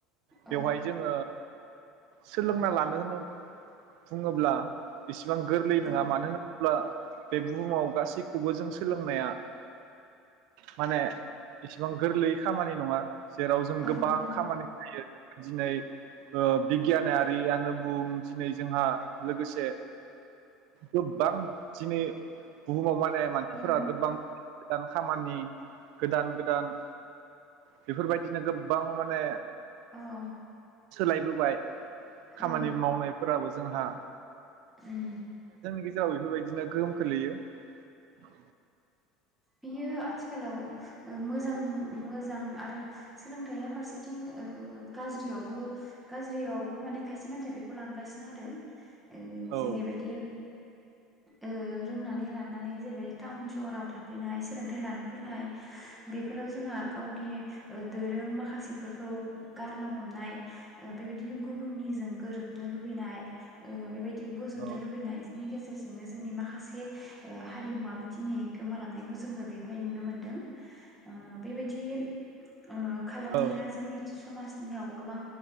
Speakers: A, in the centre; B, on the right.
A: औ
B: बेवहाय जोङो सोलोंना लानो होनो बुङोब्ला बेसेबां गो नोङा
A: औ
B: मानो हो अब्ला बे बुहुमाव गासैखौबो जों सोलोंनाया माने इसिबां गोरलै खामानि नङा जेराव जों
A: औ
B: गोबां
A: नंगौ
B: खामानि जायो। दिनै ओ बिगियानारियानो बुं दिनै जोंहा लोगोसे गोबां दिनै बुहुमाव माने मानसिफोरा
A: औ
B: गोबां दान खामानि गोदान गोदान बेफोर बायदिनो गोबां माने
A: औ
B: सोलायबोबाय खामानि
A: औ
B: मावनायफोराबो जोंहा
A: उम
B: गेजाव बेफोरबायदिनो गोहोम खोलैयो औ
A: बियो आथिखालाव ओ मोजां मोजां आरो सोलोंथाइया फारसेथिं ओ गाज्रियावबो गाज्रियावबो माने खायसे मानसिया बेखौ लांगासिनो आरो ओं
B: औ
A: जेरैबायदि ओ रोंनानै रानानै जेरैबाय टाउन सहराव था फैनाय सोलोंथाइ लानो फैनाय बेफोराव जोंहा गावनि ओ दोरों माखासेफोरखौ गारनो हमनाय ओ बेबायदिनो गुबुननिजों गोरोबनो लुबैनाय ओ बेबायदि बोजोबनो
B: औ
A: लुबैनायजनि गेजेरजो नोंनो जोंनि माखासे ओ हारिमुवाबो दिनि गोमालांनाय बो जोङो बेवहाय नुनो मोनदों ओ बेबायदि ओ खालामनाया
B: औ
A: जोंनि समाजनियाव गोबां